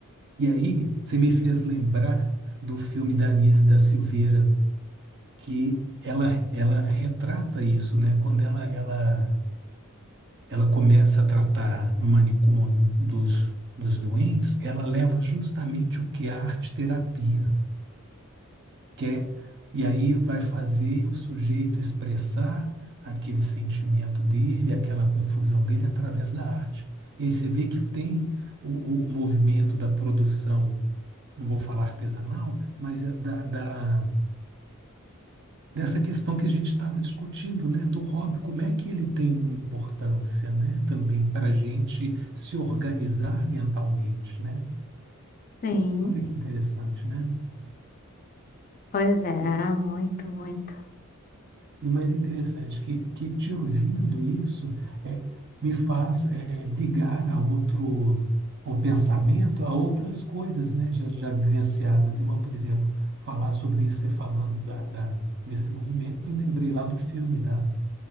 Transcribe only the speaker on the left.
Sim,
pois é,
muito, muito.